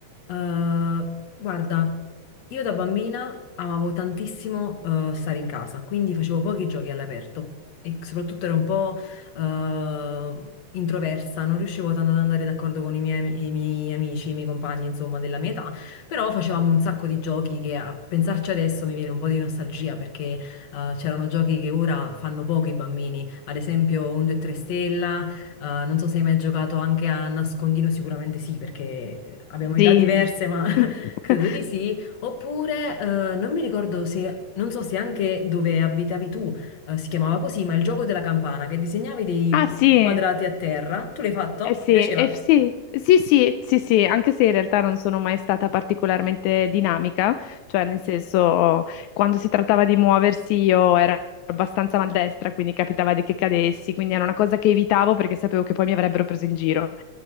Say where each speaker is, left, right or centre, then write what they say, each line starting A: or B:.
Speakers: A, on the left; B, on the left.
A: Eh, guarda, io da bambina amavo tantissimo eh, stare in casa, quindi facevo pochi giochi all'aperto e soprattutto ero un po' eh, introversa, non riuscivo tanto ad andare d'accordo con i miei, ami- i miei amici, i miei compagni, insomma, della mia età, però facevamo un sacco di giochi che a pensarci adesso mi viene un po' di nostalgia perché eh, c'erano giochi che ora fanno poco i bambini, ad esempio un 2 3 stella eh, non so se hai mai giocato anche a nascondino, sicuramente sì, perché eh, abbiamo età
B: Sì.
A: diverse, ma <laughs>
B: <laughs>
A: credo di sì. Oppure, eh, non mi ricordo se, non so se anche dove abitavi tu, eh, si chiamava così, ma il gioco della campana, che disegnavi dei
B: Ah sì,
A: quadrati a terra. Tu l'hai fatto?
B: Eh sì,
A: Ti piaceva?
B: eh sì, sì, sì, sì, sì, anche se in realtà non sono mai stata particolarmente dinamica, cioè nel senso quando si trattava di muoversi io ero abbastanza maldestra, quindi capitava di che cadessi, quindi era una cosa che evitavo perché sapevo che poi mi avrebbero preso in giro.